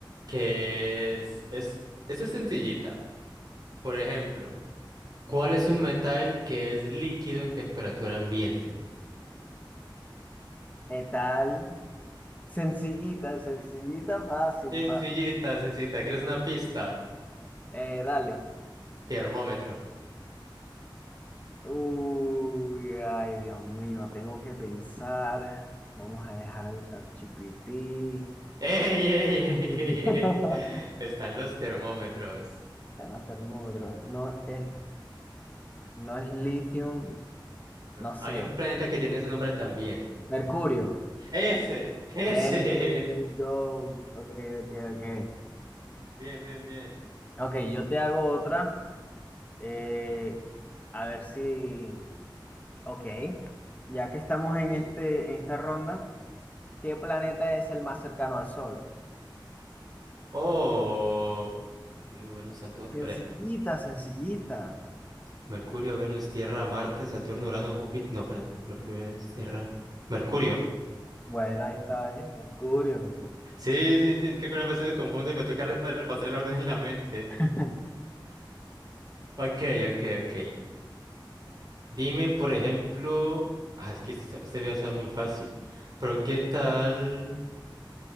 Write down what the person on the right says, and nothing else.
que es, es, esta es sencillita. Por ejemplo, ¿cuál es un metal que es líquido en temperatura ambiente?
Sencillita,
sencillita. ¿Quieres una pista?
Termómetro.
¡Ey, ey,
ey, ey, ey! Están los termómetros.
No,
Hay un planeta que tiene ese nombre también.
¡Ese! ¡Ese
es!
Bien, bien, bien.
Ok.
Oh. Mercurio, Venus, Saturno.
Espera.
Mercurio, Venus, Tierra, Marte, Saturno, Urano, Júpiter. No, espera. Mercurio, Venus, Tierra. Mercurio.
Sí, sí, sí. Es que alguna vez me confundo y me toca repa- repasar el orden en la mente.
Ok, ok, ok. Dime, por ejemplo, ah, es que este se ve eso muy fácil, pero ¿qué tal?